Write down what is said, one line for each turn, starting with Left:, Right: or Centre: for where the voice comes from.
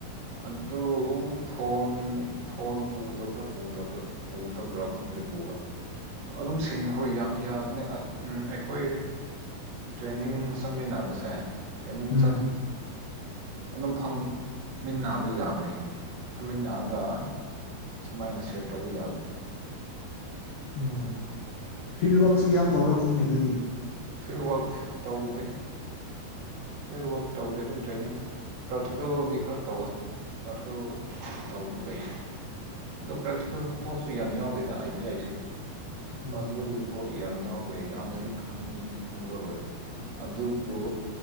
Right: ꯑꯗꯨ ꯐꯣꯟ ꯐꯣꯟ ꯄꯨꯗꯕ꯭ꯔꯥ ꯄꯨꯗꯕ꯭ꯔꯥ ꯄꯨꯗꯕ꯭ꯔꯥ ꯈꯪꯗꯦ ꯄꯨꯕ꯭ꯔꯥ꯫ ꯑꯗꯨꯝ ꯁꯤꯟ ꯍꯣꯏ ꯌꯥꯕꯅꯦ ꯎꯝ ꯑꯩꯈꯣꯏ ꯇ꯭ꯔꯦꯅꯤꯡ ꯆꯠꯃꯤꯟꯅꯕꯁꯦ ꯇ꯭ꯔꯦꯅꯤꯡ
Left: ꯎꯝ
Right: ꯑꯗꯨꯝ ꯐꯝꯃꯤꯟꯅꯥꯕ ꯌꯥꯕꯅꯤ ꯐꯝꯃꯤꯟꯅꯔꯒ ꯁꯨꯃꯥꯏꯅ ꯁꯦꯌꯔ ꯇꯧꯕ ꯌꯥꯕꯅꯤ
Left: ꯑꯣ ꯐꯤꯜꯋꯥꯛꯁꯨ ꯌꯥꯝ ꯇꯧꯔꯝꯅꯤꯅꯦ ꯑꯗꯨꯗꯤ
Right: ꯐꯤꯜꯋꯔꯛ ꯇꯧꯗꯦ ꯐꯤꯜꯋꯔꯛ ꯇꯧꯗꯦ ꯑꯗꯨꯝ ꯇ꯭ꯔꯦꯅꯤꯡ ꯄ꯭ꯔꯥꯛꯇꯤꯀꯦꯜꯗꯤ ꯈꯔ ꯇꯧꯋꯦ ꯄ꯭ꯔꯥꯛꯇꯤꯀꯦꯜ ꯇꯧꯕ ꯂꯩꯌꯦ ꯑꯗꯣ ꯄ꯭ꯔꯥꯛꯇꯤꯀꯦꯜꯒꯤ ꯄꯣꯠꯁꯨ ꯌꯥꯝ ꯌꯥꯎꯗꯦꯗ ꯑꯥꯏꯗꯤꯌꯥꯁꯦ
Left: ꯑꯣ
Right: ꯄ꯭ꯔꯥꯛꯇꯤꯀꯦꯜꯒꯤ ꯄꯣꯠ ꯌꯥꯝ ꯌꯥꯎꯗꯦ ꯌꯥꯝꯅꯗꯤ ꯈꯪꯗꯤ ꯈꯪꯂꯔꯣꯏ ꯑꯗꯨꯕꯨ